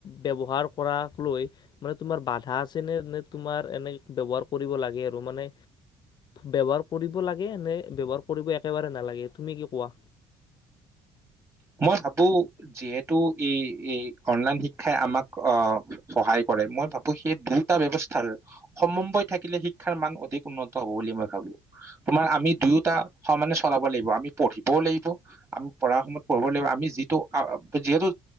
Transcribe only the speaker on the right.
মই ভাবো যিহেতু এই অনলাইন শিক্ষাই আমাক অ সহায় কৰে মই ভাবোঁ সেই দুয়োটা ব্যৱস্থাৰ সম্বন্ধ থাকিলে শিক্ষাৰ মান অধিক উন্নত হ'ব বুলি মই ভাবো তোমাৰ আমি দুয়োটা সমানে চলাব লাগিব আমি পঢ়িবও লাগিব আমি পঢ়াৰ সময়ত কৰিব লাগিব আমি যিটো যিহেতু